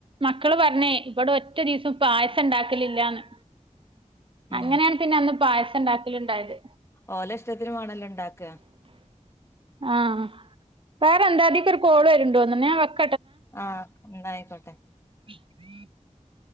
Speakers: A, on the right; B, on the left.
A: മക്കള് പർഞ്ഞേ ഇബടെ ഒറ്റാരീസും പായസം ഇണ്ടാക്കലില്ലാന്ന്
B: ഉം
A: അങ്ങനേണ് പിന്നെ അന്ന് പായസണ്ടാ ക്കല് ണ്ടായത്.
B: ഓലെ ഇഷ്ടത്തിന് വാണല്ലോ ഇണ്ടാക്ക
A: ആഹ് പേറെ എന്താ ദീ ക്കൊര് കോൾ വര്ണ്ട് തോന്ന്ണ് ഞാൻ വെ
B: ആഹ് ഉണ്ടായിക്കോട്ടെ
A: <unintelligible>